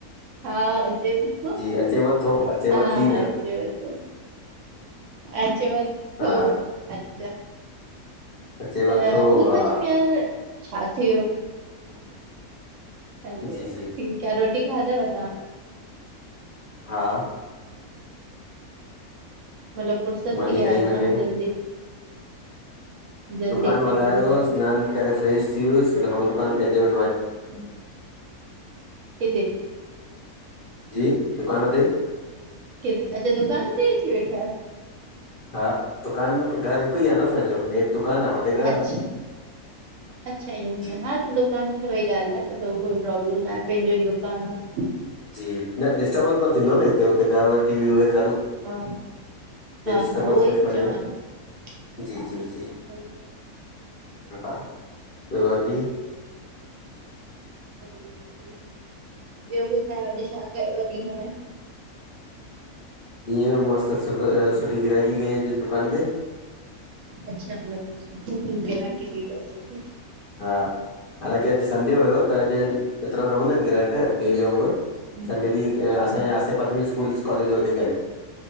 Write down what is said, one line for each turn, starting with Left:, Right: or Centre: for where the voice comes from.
Right: हा अचे पियो
Left: अचेव थो अचेव
Right: हा
Left: थी न
Right: अचेव तो अचेव थो
Left: हा
Right: अचछा
Left: अचेव
Right: त
Left: थो
Right: उहो ई
Left: हा
Right: मां चैम यार छा थियो वियो ऐं
Left: जी जी
Right: ठीक कर ही खाधव तां?
Left: हा
Right: मतिलबु फुर्सत
Left: मानी
Right: थी विया
Left: खाई
Right: आयो
Left: वेठा
Right: तां
Left: आहियूं
Right: जल्दी। जल्दी
Left: दुकानु
Right: खाई
Left: वधायो
Right: वधी अथव।
Left: सनानु करे फ़्रेश थी वुसि उन खां पोइ दुकान ते हिते
Right: ह केॾे
Left: जी, दुकान ते।
Right: केॾे अॼु दुकान ते ई अची वेठा आहियो?
Left: हा दुकान घर हिकु ई आहे न असांजो दुकानु आहे मथे घरु
Right: अछा
Left: आहे
Right: अछा ईअं
Left: जी
Right: हा त दुकान ते वेई ॻाल्हाए न त असां खे काई प्रोब्लम न आहे पंहिंजो ई दुकान आहे।
Left: जी न डिस्टर्बंस न थींदो न हिते हुते घर वरी टी वी वग़रह
Right: हा हा
Left: डिस्टर्बेंस
Right: हा उहो ई
Left: कुझु
Right: ती
Left: कोन्हे
Right: चवानि।
Left: न जी
Right: हा
Left: जी जी
Right: न त
Left: हा ॿियो बाक़ी
Right: <unintelligible> ॿियो ॿुधायो अॼु छा कयव अॼ ॾींहुं में?
Left: ॾींहुं में मस्त सुठी गिरायकी कई अॼु दुकान ते।
Right: अच्छा मतलब गिराकि थी तव‌ बिल्कुल।
Left: हा हालांकि अॼु संडे हुयो त अॼु एतिरा न हूंदा आहिनि ग्राहक डेली वांगुरु।
Right: हम्म
Left: संडे ॾींहुं
Right: हम्म,
Left: असांजे आसे पासे में स्कूलस कॉलेज वधीक आहिनि।